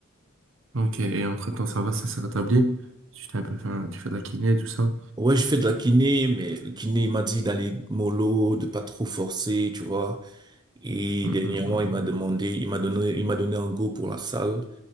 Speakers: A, on the right; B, on the right.
A: Ok, et entre-temps ça va, ça s'est rétabli? Tu t'es un peu fait, un- tu fais de la kiné tout ça?
B: Ouais, je fais de la kiné, mais le kiné, il m'a dit d'aller mollo, de pas trop forcer, tu vois. Et
A: Hmm,
B: dernièrement,
A: hmm, hmm,
B: il
A: hmm,
B: m'a
A: hmm.
B: demandé, il m'a donné, il m'a donné un go pour la salle.